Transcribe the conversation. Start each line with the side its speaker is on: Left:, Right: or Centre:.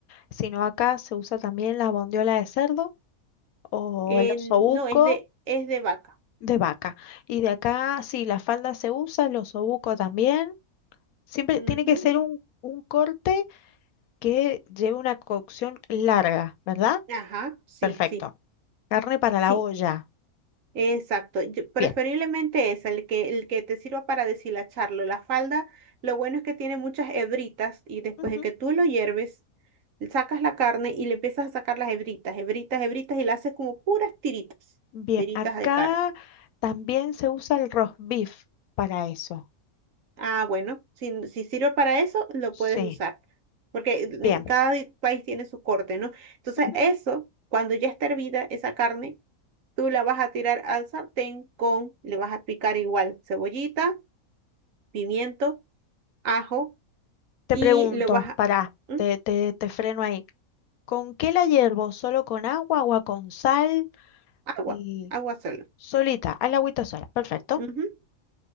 Left: sino acá se usa también la bondiola de cerdo o
Right: En-
Left: el osobuco.
Right: no, es de, es de vaca.
Left: de vaca. Y de acá, sí, la falda se usa, los osobuco también. Siempre
Right: Ujú.
Left: tiene que ser un, un corte que lleve una cocción larga, ¿verdad?
Right: Ajá, sí,
Left: Perfecto.
Right: sí,
Left: Carne para
Right: sí.
Left: la olla.
Right: Exacto, yo- preferiblemente
Left: Bien.
Right: es el que, el que te sirva para deshilacharlo. La falda, lo bueno es que tiene muchas hebritas y después
Left: Ujú.
Right: de que tú lo hierves, sacas la carne y le empiezas a sacar las hebritas, hebritas, hebritas y la haces como puras tiritas,
Left: Bien,
Right: tiritas
Left: acá
Right: de carne.
Left: también se usa el roast beef para eso.
Right: Ah, bueno, si, si sirve para eso, lo
Left: Sí,
Right: puedes usar, porque ni-
Left: bien.
Right: cada di- país tiene su corte, ¿no? Entonces,
Left: Ujú.
Right: eso, cuando ya está hervida esa carne, tú la vas a tirar al sartén con, le vas a picar igual cebollita pimiento, ajo
Left: Te
Right: y
Left: pregunto,
Right: lo vas a...
Left: pará,
Right: ¿Mm?
Left: te, te, te freno ahí. ¿Con qué la hiervo? ¿Solo con agua, agua con sal
Right: Agua,
Left: y
Right: agua solo.
Left: solita? Al agüita sola. Perfecto.
Right: Ujú.